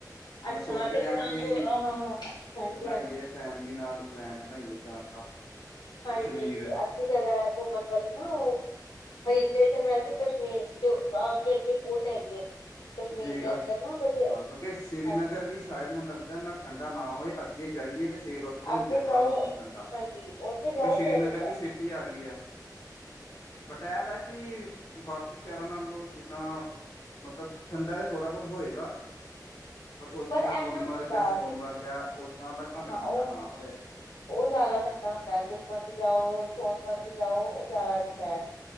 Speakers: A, on the left; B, on the left.
A: ਅੱਛਾ
B: ਮੈਂ ਸੋਚ
A: ਤੇ
B: ਰਿਹਾ
A: ਪਠਾਨਕੋਟ
B: ਕਿ
A: ਹਾਂ ਹਾਂ ਹਾਂਜੀ
B: ਬਣਾਈਏ
A: ਹਾਂਜੀ
B: ਫੈਮਲੀ ਨਾਲ ਪਲੈਨ ਬਣਾਈਏ ਜਾਣ ਦਾ।
A: ਹਾਂਜੀ
B: ਕਸ਼ਮੀਰ
A: ਅੱਛੀ ਜਗ੍ਹਾ ਐ ਘੁੰਮਣ ਵਾਲੀ ਨਾ ਉਹ ਹਿੱਲ ਸਟੇਸ਼ਨ ਵੈਸੇ ਕਸ਼ਮੀਰ ਚ ਬ ਅੱਗੇ-ਅੱਗੇ ਬੋਤ ਹੈਗੇ। ਕਸ਼ਮੀਰ
B: ਜੀ
A: ਦੇ ਅੰਦਰ ਨਾ ਵੜੀ ਅੱਛੀ
B: ਹਾਂ ਕਿਉਂਕਿ ਸ਼੍ਰੀਨਗਰ
A: ਹਾਂਜੀ।
B: ਵੀ ਸ਼ਾਇਦ ਮੈਨੂੰ ਲੱਗਦਾ ਨਾ ਠੰਡਾ ਨਾ ਹੋਏ, ਅੱਗੇ ਜਾਈਏ ਤੇ ਫੇਰ ਓ ਥੇ ਹੁੰਦੀ
A: ਅੱਗੇ
B: ਆ ਥੋੜਾ
A: ਜਾਓ
B: ਮੌਸਮ ਠੰਡਾ ਕਿਉਂਕਿ
A: ਹਾਂਜੀ ਉੱਥੇ ਜਾਓ
B: ਸ੍ਰੀਨਗਰ
A: ਫੇਰ ਹੁੰਦਾ
B: ਵੀ ਸਿਟੀ ਆ ਗਈ ਐ। ਬਟ ਐ ਵੈ ਕਿ ਬਾਕੀ ਸ਼ਹਿਰਾਂ ਨਾਲੋਂ ਜਿੱਦਾਂ ਮਤਲਬ ਠੰਡਾ ਏ ਥੋੜਾ ਬੋਤ ਹੋਏਗਾ। ਬਟ ਉਹ
A: ਪਰ
B: ਜਿੱਦਾਂ
A: ਇਨਾ
B: ਗੁਲਮਰਗ
A: ਨਹੀਂ ਹੁੰਦਾ
B: ਐ, ਸੋਨਮਰਗ
A: ਤੁਸੀਂ
B: ਐ, ਓਦਾਂ ਦਾ ਭਾਵੇਂ
A: ਹਾਂ
B: ਠੰਡਾ
A: ਉਹ
B: ਨਾ ਹੋਏ।
A: ਉਹ ਜ਼ਿਆਦਾ ਠੰਡਾ ਹੁੰਦਾ, ਗੁਲਮਰਗ ਜਾਓ, ਸੋਨਮਰਗ ਜਾਓ, ਉਹ ਜ਼ਿਆਦਾ ਅੱਛਾ ਐ।